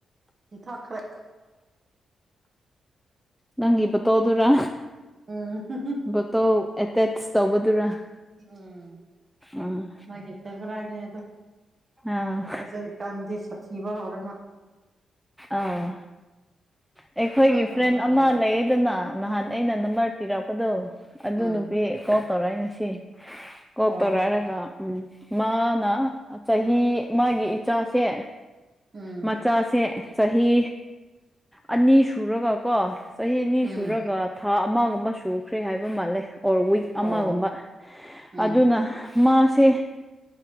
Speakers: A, on the right; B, in the centre.
A: ꯏ ꯊꯈꯔꯦ <unintelligible>
B: ꯅꯪꯒꯤ ꯕꯇꯣꯗꯨꯔ
A: ꯎꯝ
B: ꯕꯇꯣ ꯑꯦꯇꯦꯠꯆ ꯇꯧꯕꯗꯨꯔꯥ
A: ꯎꯝ
B: ꯑꯥ
A: ꯅꯒꯤꯁꯕ꯭ꯔ ꯏꯅꯦ
B: ꯑꯥ
A: ꯑꯗꯨ ꯀꯥꯟꯗ ꯁꯊꯤꯕꯔꯒ
B: ꯑꯥ
A: <unintelligible>
B: ꯑꯩꯈꯣꯏꯒꯤ
A: ꯀꯪꯔꯒ
B: ꯐ꯭ꯔꯦꯟ ꯑꯃ
A: ꯌꯥꯝ
B: ꯂꯩꯌꯦꯗꯅ
A: ꯁꯥꯊꯤꯕ
B: ꯅꯍꯥꯟ ꯑꯩꯅ ꯅꯝꯕꯔ ꯄꯤꯔꯛꯄꯗꯣ ꯑꯗꯨ
A: ꯎꯝ
B: ꯅꯨꯄꯤ ꯀꯣ ꯇꯧꯔꯏ ꯉꯁꯤ ꯀꯣ
A: ꯑꯣ
B: ꯇꯧꯔꯥꯏꯔꯒ ꯎꯝ ꯃꯥꯅ ꯆꯍꯤ ꯃꯥꯒꯤ ꯏꯆꯥꯁꯦ
A: ꯎꯝ
B: ꯃꯆꯥꯁꯦ ꯆꯍꯤ ꯑꯅꯤ ꯁꯨꯔꯒꯀꯣ ꯆꯍꯤ ꯑꯅꯤ
A: ꯎꯝ
B: ꯁꯨꯒ ꯊꯥ ꯑꯃꯒꯨꯝꯕ ꯁꯨꯈ꯭ꯔꯦ ꯍꯥꯏꯕ ꯃꯥꯜꯂꯦ ꯑꯣꯔ ꯋꯤꯛ ꯑꯃꯒꯨꯝꯕ
A: ꯑꯣ ꯎꯝ
B: ꯑꯗꯨꯅ ꯃꯥꯁꯦ